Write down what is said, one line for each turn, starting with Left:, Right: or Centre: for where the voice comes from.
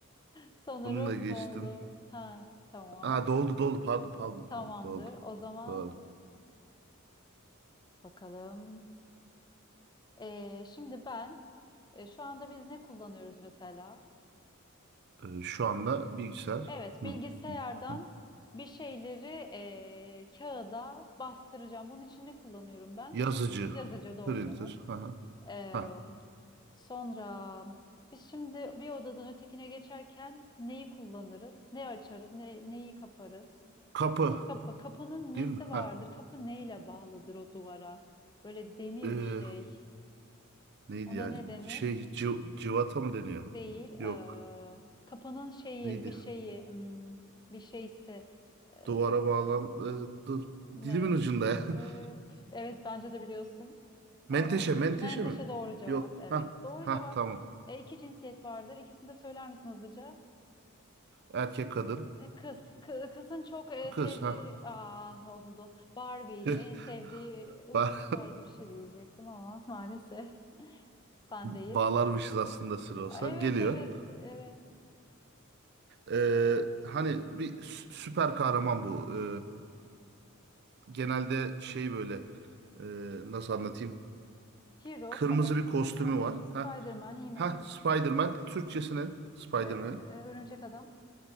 Left: Sanırım
Right: Bununla geçtim.
Left: doldu. Ha, tamam.
Right: Ha doldu doldu pardon pardon
Left: Tamamdır.
Right: pardon, doldu.
Left: O zaman
Right: Doğru.
Left: Bakalım. Ee, şimdi ben e, şu anda biz ne kullanıyoruz mesela?
Right: E, şu anda bilgisayar
Left: Evet,
Right: mı?
Left: bilgisayardan
Right: Hı, hı.
Left: bir şeyleri e, kağıda bastıracağım. Bunun için ne kullanıyorum ben?
Right: Yazıcı.
Left: Yazıcı doğru
Right: Printer.
Left: cevap.
Right: Ha, ha.
Left: Ee,
Right: ha.
Left: sonra biz şimdi bir odadan ötekine geçerken neyi kullanırız? Ne açarız? Ne, neyi kaparız?
Right: Kapı
Left: Kapı. Kapının nesi
Right: değil mi?
Left: vardır?
Right: Ha.
Left: Kapı neyle bağlıdır o duvara? Böyle demir
Right: E,
Left: bir şey.
Right: neydi
Left: Ona
Right: ya?
Left: ne denir?
Right: Şey ci- civata mı deniyor?
Left: değil.
Right: Yok.
Left: Eee, kapanın şeyi,
Right: Neydi?
Left: bir şeyi, hmm, bir şeysi eee,
Right: Duvara bağlan... e, dur.
Left: ne?
Right: Dilimin ucunda ya. <laughs>
Left: Eee, evet bence de biliyorsun
Right: Menteşe,
Left: ama
Right: menteşe
Left: menteşe
Right: mi?
Left: doğru cevap.
Right: Yok.
Left: Evet,
Right: Ha,
Left: doğru
Right: ha
Left: cevap.
Right: tamam.
Left: E, iki cinsiyet vardır. İkisini de söyler misin hızlıca?
Right: Erkek kadın,
Left: E, Kız, kı- kızın çok e,
Right: kız.
Left: sevdiği,
Right: Ha.
Left: ah oldu. Barbie'ydi.
Right: <laughs>
Left: En sevdiği oyuncak
Right: Ba-
Left: tarzı bir şey diyecektim ama <laughs> maalesef sendeyiz.
Right: Bağlarmışız aslında sıra olsa.
Left: Aa, Evet,
Right: Geliyor.
Left: evet, evet.
Right: Ee, hani bir sü- süper kahraman bu. Ee, genelde şey böyle e, nasıl anlatayım?
Left: Hero,
Right: Kırmızı
Left: ka- e,
Right: bir kostümü
Left: Spider-Man,
Right: var. Ha.
Left: Spider-Man, He-Man.
Right: Ha Spider-Man Türkçesine Spider-Man'in.
Left: Ee, örümcek adam.